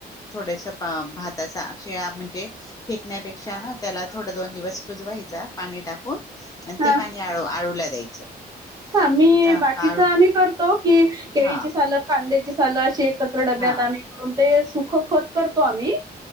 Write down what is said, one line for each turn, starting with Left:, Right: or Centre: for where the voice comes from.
Left: थोडस भाताचा शिळा म्हणजे फेकण्यापेक्षा ना त्याला थोड दोन दिवस कुजवायचा, पाणी टाकून आणि
Right: हा
Left: ते पाणी आळू, आळूला द्यायचं
Right: हा मी
Left: आता
Right: बाकीचा
Left: आळू
Right: आम्ही करतो की, केळीची
Left: हा
Right: सालं, कांद्याची सालं अशी एकत्र डब्यात
Left: हा
Right: आम्ही करून, ते सुख खत करतो आम्ही